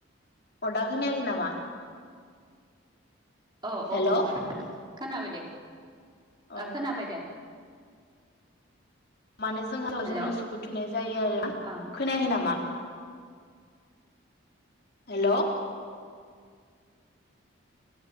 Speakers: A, on the left (about 50°); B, on the right (about 20°).
A: अ दा खोनयाखै नामा?
B: अ-अ-अ
A: हेलौ
B: खोनाबाय दे
A: अ
B: ओ खोनाबाय दे।
A: माने जोंहाव
B: हेलौ
A: जों मोसौखौ थुखैनाय जायो आरोना।
B: अ
A: खोनायाखै नामा? हेल